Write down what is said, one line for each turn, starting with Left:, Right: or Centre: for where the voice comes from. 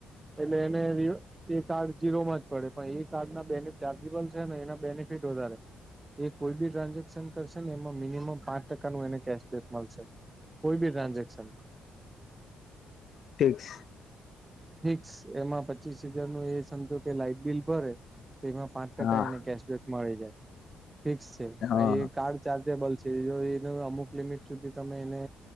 Right: એટલે એને એ કાર્ડ જીરોમાં જ પડે પણ એ કાર્ડના બે ચાર્જેબલ છે ને એના બેનિફિટ વધારે એ કોઈ બી ટ્રાન્ઝેક્શન કરશે ને એમાં મિનિમમ પાંચ ટકાનું એને કેશબેક મળશે. કોઈ બી ટ્રાન્ઝેક્શન
Left: ફિક્સ.
Right: ફિક્સ એમાં પચીસ હજાર નું એ સમજો કે લાઈટ બિલ ભરે તેમાં પાંચ ટકા
Left: હા
Right: એને કેશબેક મળી જાય ફિક્સ છે પણ
Left: હા
Right: એ કાર્ડ ચાર્જેબલ છે જો એ અમુક લિમિટ સુધી તમે એને